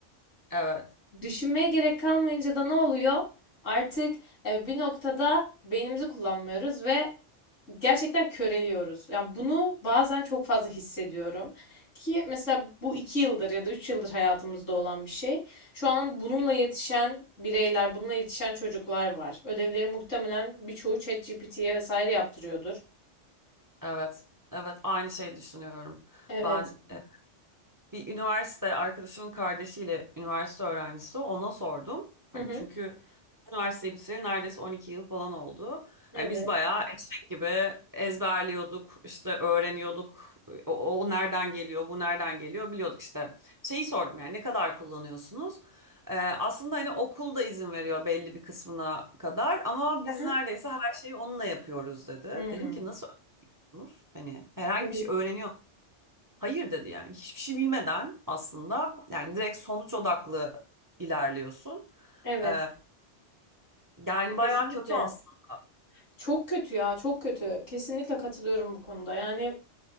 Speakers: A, on the right; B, on the left.
A: evet
B: Düşünmeye gerek kalmayınca da ne oluyor? Artık e, bir noktada beynimizi kullanmıyoruz ve gerçekten köreliyoruz. Ya bunu bazen çok fazla hissediyorum ki mesela bu iki yıldır ya da üç yıldır hayatımızda olan bir şey. Şu an bununla yetişen bireyler, bununla yetişen çocuklar var. Ödevleri muhtemelen birçoğu ChatGPT'ye vesaire yaptırıyordur.
A: evet evet aynı şeyi düşünüyorum.
B: Evet.
A: Ben e, bir üniversite arkadaşımın kardeşiyle üniversite öğrencisi o. ona sordum.
B: Hı
A: Hani
B: hı.
A: çünkü üniversiteyi bitireli neredeyse 12 yıl falan oldu.
B: Evet.
A: Hani biz bayağı eşek gibi ezberliyorduk, işte öğreniyorduk. O, o nereden geliyor, bu nereden geliyor biliyorduk işte. Şeyi sordum yani ne kadar kullanıyorsunuz? Ee, aslında hani okul da izin veriyor belli bir kısmına kadar ama
B: Aha.
A: biz neredeyse her şeyi onunla yapıyoruz dedi.
B: Hmm.
A: Dedim ki nasıl öğreniyorsunuz? Hani herhangi
B: Evet.
A: bir şey öğreniyor Hayır dedi yani hiçbir şey bilmeden aslında yani direkt sonuç odaklı ilerliyorsun.
B: Evet.
A: Ee, yani bayağı
B: Kesinlikle.
A: kötü aslında.
B: Çok kötü ya, çok kötü. Kesinlikle katılıyorum bu konuda. Yani